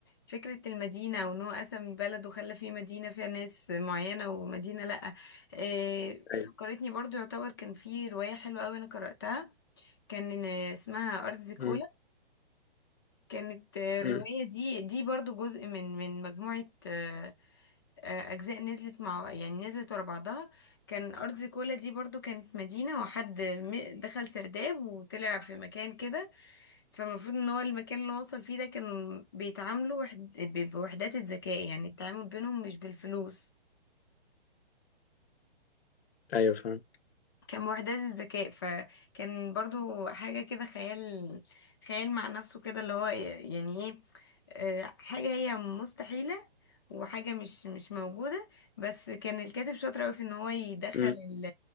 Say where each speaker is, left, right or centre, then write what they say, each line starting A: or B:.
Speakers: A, on the left; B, on the left.
A: فكرة المدينة وان هو قسم البلد وخلى فيه مدينة فيها ناس معينة ومدينة لأ آه، فكرتني
B: ايوه
A: برضو يعتبر كان في رواية حلوة أوي انا قرأتها كان آه، اسمها أرض زيكولا
B: امم
A: كانت آه، الرواية
B: امم
A: دي دي برضو جزء من من مجموعة آه، آه، أجزاء نزلت مع يعني نزلت ورا بعضها كان أرض زيكولا دي برضو كانت مدينة وحد م- دخل سرداب وطلع في مكان كده فالمفروض ان هو المكان اللي هو وصل فيه ده كانوا بيتعاملوا وحد... ب- بوحدات الذكاء يعني التعامل بينهم مش بالفلوس
B: ايوه فاهم
A: كان بوحدات الذكاء فكان برضو حاجة كده خيال خيال مع نفسه كده اللي هو يعني ايه آه، حاجة هي مستحيلة وحاجة مش مش موجودة بس كان الكاتب شاطر أوي في ان هو يدخل
B: امم
A: ال-